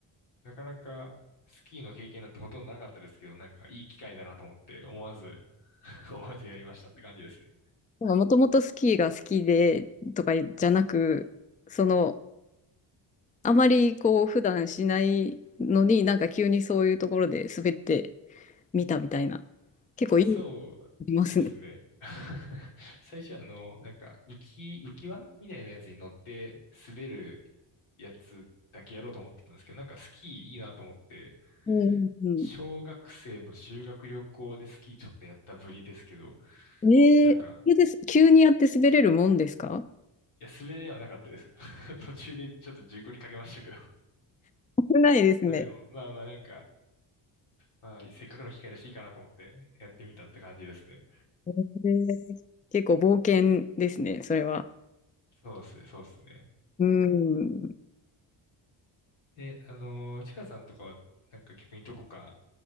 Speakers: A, on the left; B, on the left.
A: なかなかスキーの経験なんてほとんどなかったですけど、なんかいい機会だなと思って思わず <laughs> 思わずやりましたって感じですね。
B: もともとスキーが好きでとかじゃなく、そのあまりこう普段しないのになんか急にそういうところで滑ってみたみたいな。結構いい、
A: そうですね。
B: ありますね。
A: <laughs> 最初はあの、なんか浮き、浮き輪みたいなやつに乗って滑るやつだけやろうと思ってたんですけど、なんかスキーいいなと思って、
B: うんうん
A: 小学生の修学旅行でスキーちょっとやったぶりですけど、
B: うん。えー、
A: なんか、
B: それです。急にやって滑れるもんですか
A: いや、滑れはなかったです。<laughs> 途中でちょっと事故りかけましたけど。<laughs>
B: 危ないですね。
A: まあでも、まあまあなんか、まあ、せっかくの機会らしいかなと思ってやってみたって感じですね。
B: えー結構冒険ですね、それは。
A: そうっすね、そうっすね。
B: うん。
A: え、あのー、ちかさんとかは、なんか逆にどこか、